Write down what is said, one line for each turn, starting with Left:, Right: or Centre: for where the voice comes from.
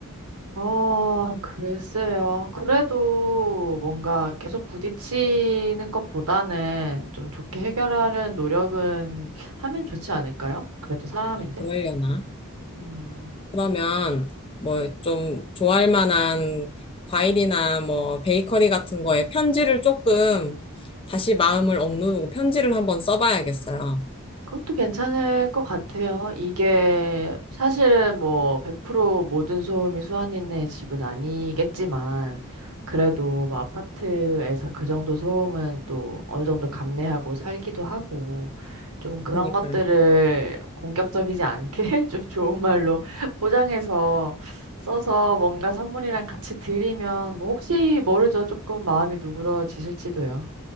Right: 어, 글쎄요. 그래도 뭔가 계속 부딪히는 것보다는 좀 좋게 해결하려는 노력은 하면 좋지 않을까요? 그래도 사람인데.
Left: 그러려나?
Right: 음.
Left: 그러면 뭐 좀 좋아할 만한 과일이나 뭐 베이커리 같은 거에 편지를 조금 다시 마음을 억누르고 편지를 한번 써봐야겠어요.
Right: 그것도 괜찮을 것 같아요. 이게 사실은 뭐 100% 모든 소음이 수아님네 집은 아니겠지만 그래도 뭐 아파트에서 그 정도 소음은 또 어느 정도 감내하고 살기도 하고 좀 그런
Left: 그러니까요.
Right: 것들을 공격적이지 않게 <laughs> 좀 좋은 말로 <laughs> 포장해서 써서 뭔가 선물이랑 같이 드리면 뭐 혹시 모르죠. 조금 마음이 누그러지실지도요.